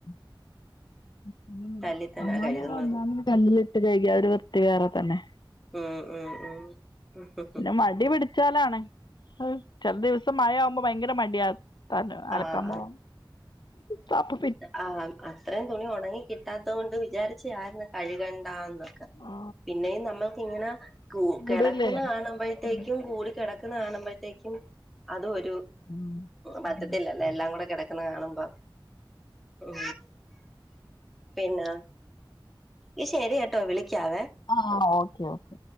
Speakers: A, on the left; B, in the centre.
A: <unintelligible>
B: കല്ലിൽ തന്നാ കഴുകുന്നത്
A: കല്ലിലിട്ട് കഴകിയാ ആ ഒരു വൃത്തി വേറെ തന്നെ
B: ഉം ഉം ഉം ഉം ഹ് ഹ്
A: പിന്നെ മടി പിടിച്ചാലാണ് ചില ദിവസം മഴയാവുമ്പോ ഭയങ്കര മടിയാ തന്ന അലക്കാൻ
B: ആഹ്
A: പോണം സാപ്പ് പി
B: ആ അത്രേം തുണി ഉണങ്ങി കിട്ടാത്ത കൊണ്ട് വിചാരിച്ച ആരുന്ന് കഴുക ണ്ടാന്നൊക്കെ
A: ആ
B: പിന്നെയും നമ്മൾക്ക് ഇങ്ങനെ കും കെടക്കുന്ന
A: കൂടുവല്ലേ
B: കാണുമ്പോഴ്ത്തേക്കും
A: ഉം
B: കൂടി കെടക്കണ കാണമ്പോഴ്ത്തേക്കും അതു ഒരു
A: ഉം
B: പറ്റത്തില്ലല്ലേ
A: അതെ
B: എല്ലാം കൂടെ കിടക്കുന്ന കാണുമ്പം ഉം പിന്ന ഇ ശരി കേട്ടോ വിളിക്കാവെ
A: ആഹ് ഓക്കെ ഓക്കെ